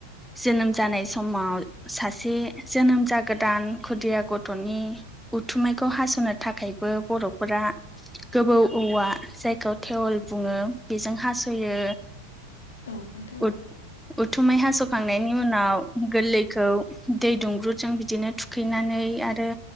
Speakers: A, in the centre; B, on the left.
A: जोनोम जानाय समाव सासे जोनोम जागोदान खुदिया गथ'नि उथुमायखौ हास'नो थाखायबो बर'फोरा गोबौ औवा जायखौ थेवल बुङो बेजों हास'यो
B: औ नोंथां औ
A: उथ-उथुमाय हास'खांनायनि उनाव गोरलैखौ दै दुंब्रुदजों बिदिनो थुखैनानै आरो